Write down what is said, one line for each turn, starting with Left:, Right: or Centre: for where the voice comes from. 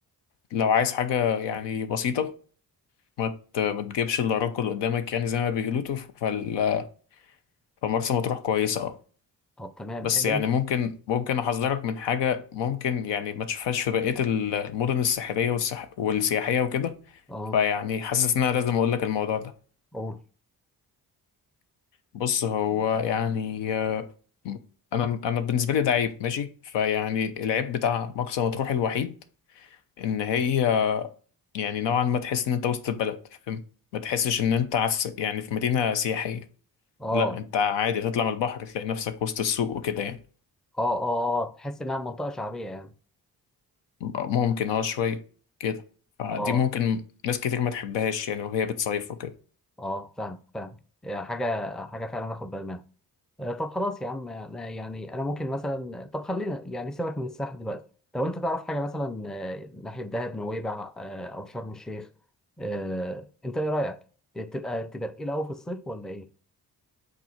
Left: لو عايز حاجة يعني بسيطة ما ت- ما تجيبش الا راكل قدامك يعني زي ما بيقولوا فال- فمرسى مطروح كويسة اه
Centre: طب تمام
Left: بس
Centre: اه
Left: يعني ممكن ممكن احذرك من حاجه ممكن يعني ما تشوفهاش في بقيه ال- المدن الساحليه والسح... والسياحيه وكده
Centre: اه
Left: فيعني حاسس ان انا لازم اقول لك الموضوع ده
Centre: قول
Left: بص هو يعني آه، انا انا بالنسبه لي ده عيب ماشي فيعني العيب بتاع مرسى مطروح الوحيد ان هي يعني نوعا ما تحس ان انت وسط البلد فاهم ما تحسش ان انت عس... يعني في مدينه سياحيه
Centre: اه
Left: لا انت عادي تطلع من البحر تلاقي نفسك وسط السوق وكده يعني
Centre: اه اه اه تحس انها منطقه شعبيه يعني
Left: ممكن اه شوية كده فدي
Centre: اه
Left: ممكن ناس كتير ما تحبهاش يعني وهي بتصيف وكده
Centre: اه فاهم فاهم آه، حاجه حاجه فعلا اخد بالي منها آه، طب خلاص يا عم أنا- يعني انا ممكن مثلا طب خلينا يعني سيبك من الساحل دلوقتي لو انت تعرف حاجه مثلا آه، ناحيه دهب نويبع آه، او شرم الشيخ آه، انت ايه رايك تبقى تبقى تقيل قوي في الصيف ولا ايه